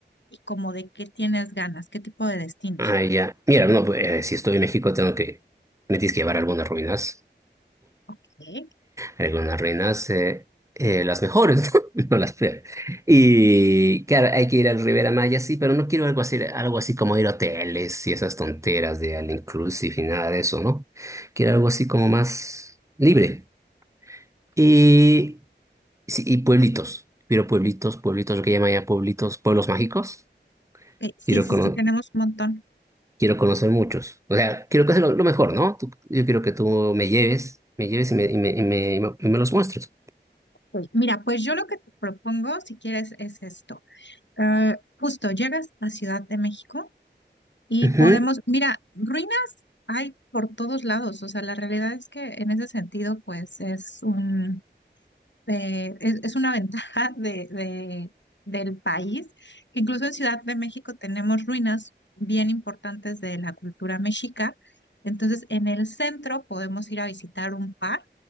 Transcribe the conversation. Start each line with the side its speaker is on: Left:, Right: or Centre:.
Left: y como de qué tienes ganas, qué tipo de destinos.
Right: Ah, ya. Mira, no, pues, eh, si estoy en México tengo que, me tienes que llevar algunas ruinas,
Left: Ok.
Right: Algunas reinas, eh, eh, las mejores, <laughs> ¿no? No las peores. Y claro, hay que ir al Rivera Maya, sí, pero no quiero algo así, algo así como ir a hoteles y esas tonteras de all inclusive y nada de eso, ¿no? Quiero algo así como más libre. Y, sí, y pueblitos. Quiero pueblitos, pueblitos, lo que llaman ya pueblitos, pueblos mágicos.
Left: Ok, Sí,
Right: Quiero,
Left: sí,
Right: cono-
Left: sí, tenemos un montón.
Right: quiero conocer muchos. O sea, quiero conocer lo, lo mejor, ¿no? Tú- yo quiero que tú me lleves, me lleves y me, y me, y me, y me los muestres.
Left: Pues, Mira, pues yo lo que te propongo, si quieres, es esto. Eh, justo llegas a Ciudad de México y
Right: Ujú.
Left: podemos, mira, ruinas Hay por todos lados, o sea, la realidad es que en ese sentido, pues es un, eh, es, es una ventaja <laughs> de, de- del país. Incluso en Ciudad de México tenemos ruinas bien importantes de la cultura mexica. Entonces, en el centro podemos ir a visitar un par